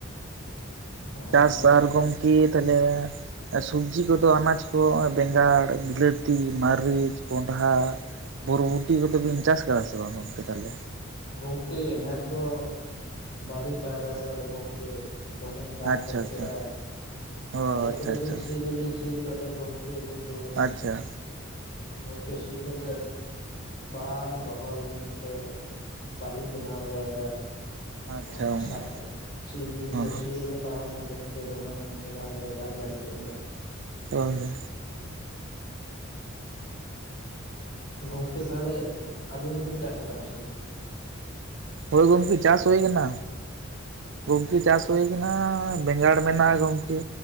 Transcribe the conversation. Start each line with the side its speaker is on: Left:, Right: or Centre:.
Left: ᱱᱚᱜᱼᱚ
Right: ᱪᱟᱥ
Left: ᱱᱚᱝᱠᱟ
Right: ᱟᱨ ᱜᱚᱢᱠᱮ ᱛᱟᱞᱦᱮ ᱥᱚᱵᱡᱤ ᱠᱚᱫᱚ ᱟᱱᱟᱡ ᱠᱚ ᱵᱮᱸᱜᱟᱲ ᱵᱤᱞᱟᱹᱛᱤ ᱢᱟᱹᱨᱤᱪ ᱠᱚᱸᱰᱷᱟ ᱵᱩᱨᱩ ᱵᱩᱴᱤ ᱠᱚᱫᱚ ᱵᱤᱱ ᱪᱟᱥ ᱟᱠᱟᱫᱟ ᱥᱮ ᱵᱟᱝ ᱜᱚᱢᱠᱮ ᱛᱟᱦᱞᱮ
Left: ᱜᱚᱢᱠᱮ ᱱᱮᱥ ᱫᱚ ᱵᱟᱞᱤᱧ ᱪᱟᱥ ᱫᱟᱲᱮ ᱠᱟᱫᱟ ᱜᱚᱢᱠᱮ ᱫᱚᱢᱮ ᱫᱟᱜ
Right: ᱟᱪᱪᱷᱟ
Left: ᱜᱚᱫ
Right: ᱟᱪᱪᱷᱟ
Left: ᱠᱮᱜᱟᱭ
Right: ᱚ
Left: ᱰᱟᱹᱺᱦᱤ
Right: ᱟᱪᱪᱷᱟ
Left: ᱠᱚᱫᱚᱞᱤᱧ
Right: ᱟᱪᱪᱷᱟ
Left: ᱥᱤ ᱫᱚᱞᱤᱧ ᱥᱤ ᱦᱚᱪᱚᱞᱮᱜ ᱜᱚᱢᱠᱮ ᱠᱮ ᱠᱤᱱᱛᱩ
Right: ᱟᱪᱪᱷᱟ
Left: ᱜᱚᱢᱠᱮ ᱥᱤ ᱠᱟᱛᱮᱫ ᱵᱟᱝ ᱨᱚᱦᱚᱲ ᱞᱮᱱ ᱛᱮ ᱵᱟᱞᱤᱧ ᱵᱮᱱᱟᱣ ᱫᱟᱬᱮᱭᱟᱫᱟ
Right: ᱟᱪᱪᱷᱟ
Left: ᱦᱟᱥᱟ
Right: ᱜᱚᱝᱠᱮ
Left: ᱛᱮ ᱥᱤ ᱡᱤᱱᱤᱥ
Right: ᱦᱚᱸ
Left: ᱫᱚ ᱥᱤ ᱨᱮᱜᱮ ᱛᱟᱦᱮᱱᱟ ᱜᱚᱢᱠᱮ ᱫᱚᱢᱮ ᱱᱤᱭᱟᱹ ᱫᱷᱟᱣ ᱫᱚ ᱫᱟᱜ ᱡᱟᱹᱲᱤ ᱠᱮᱫ ᱫᱚ
Right: ᱦᱳᱭ ᱦᱳᱭ
Left: ᱜᱚᱝᱠᱮ ᱛᱟᱦᱚᱞᱮ ᱟᱵᱤᱱ ᱫᱚᱵᱤᱱ ᱪᱟᱥ ᱟᱠᱟᱫᱼᱟ ᱥᱮ ᱵᱟᱝ
Right: ᱦᱳᱭ ᱜᱚᱢᱠᱮ ᱪᱟᱥ ᱦᱩᱭ ᱠᱟᱱᱟ ᱜᱚᱝᱠᱮ ᱪᱟᱥ ᱦᱩᱭ ᱠᱟᱱᱟ᱾ ᱵᱮᱸᱜᱟᱲ ᱢᱮᱱᱟᱜᱼᱟ ᱜᱚᱢᱠᱮ